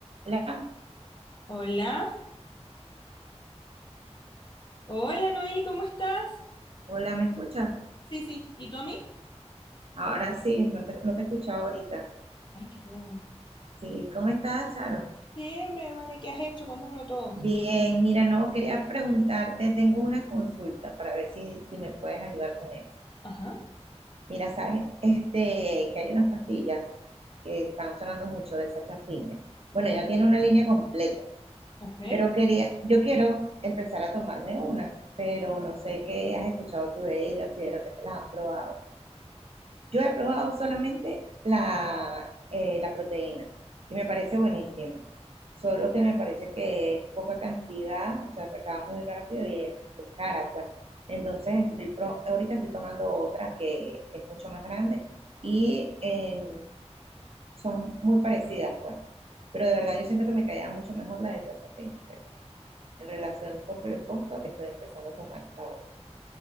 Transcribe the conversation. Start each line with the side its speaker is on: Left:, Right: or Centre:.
Right: Hola,
Left: Hola, hola Noeli, ¿cómo estás?
Right: hola, ¿me escuchas?
Left: Sí, sí, ¿y tú a mí?
Right: Ahora sí, no te, no te escuchaba ahorita.
Left: Ay, qué raro.
Right: Sí, ¿cómo estás, Charo?
Left: Chévere, vale, ¿qué has hecho? Cuéntamelo todo.
Right: Bien, mira, no quería preguntarte, tengo una consulta para ver si, si me puedes ayudar con eso.
Left: Ajá,
Right: Mira, sabes, este, que hay unas pastillas que están sonando mucho de Sachafrine. Bueno, ya tiene una línea completa,
Left: ok.
Right: pero quería, yo quiero empezar a tomarme unas, pero no sé qué has escuchado tú de ellas, si de repente las has probado. Yo he probado solamente la, eh, la proteína y me parece buenísima. Solo que me parece que es poca cantidad, o sea, se acaba muy rápido y es, es cara, pues. Entonces, estoy pro- ahorita estoy tomando otra que es mucho más grande y eh, son muy parecidas, pues. Pero de verdad yo siento que me caía mucho mejor la de Sachatén, pero en relación por el costo estoy empezando a tomar esta otra.